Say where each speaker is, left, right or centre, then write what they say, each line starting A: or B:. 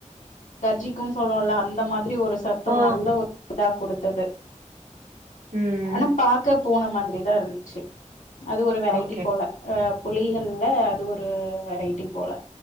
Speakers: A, on the left; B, on the right.
A: கர்ஜிக்கும்ு சொல்ல அந்த மாதிரி <unintelligible> அப்படி ஒரு சத்தம்
B: ஆ
A: நல்ல ஒரு கொடுத்தது
B: ம்
A: ஆன பார்க்கப் பூன மாதிரி தான் இருந்துச்சு அது ஒரு வெரைட்டி
B: ஓகே
A: போல புலிகள்ல அது ஒரு வெரைட்டி போல